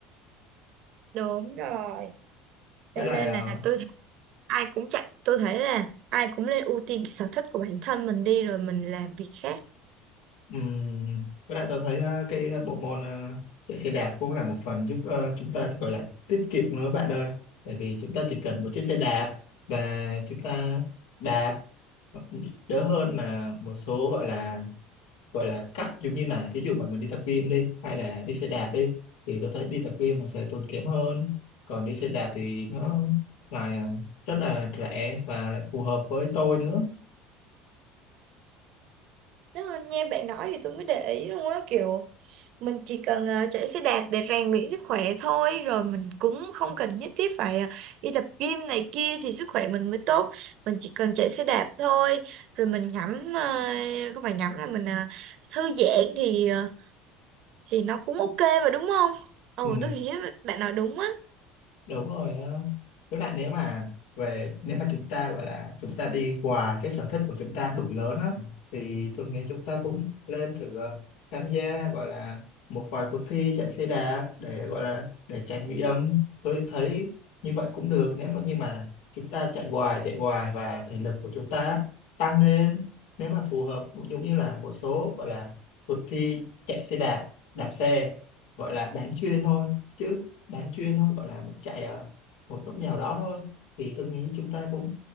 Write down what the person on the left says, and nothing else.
Với
lại
ờ,
Ừm, Với lại tôi thấy ờ, cái bộ môn ờ, chạy xe đạp cũng là một phần giúp ờ, chúng ta thì gọi là tiết kiệm nữa bạn ơi. Tại vì chúng ta chỉ cần một chiếc xe đạp và chúng ta đạp ờ, đỡ hơn mà một số gọi là gọi là cắt giống như là thí dụ mà mình đi tập gym đi hay là đi xe đạp đi thì tôi thấy đi tập gym mà sẽ tốn kém hơn. Còn đi xe đạp thì nó lại ờ, rất là rẻ và lại phù hợp với tôi nữa.
Ừ,
đúng rồi á. với lại nếu mà về nếu mà chúng ta gọi là chúng ta đi qua cái sở thích của chúng ta đủ lớn á thì tôi nghĩ chúng ta cũng lên thử ờ, tham gia gọi là một vài cuộc thi chạy xe đạp để gọi là để trải nghiệm tôi thấy như vậy cũng được nếu mà như mà chúng ta chạy hoài chạy hoài và thể lực của chúng ta tăng lên nếu mà phù hợp giống như là một số gọi là cuộc thi chạy xe đạp đạp xe gọi là bán chuyên thôi chứ bán chuyên thôi gọi là mình chạy ở một lúc nào đó thôi thì tôi nghĩ chúng ta cũng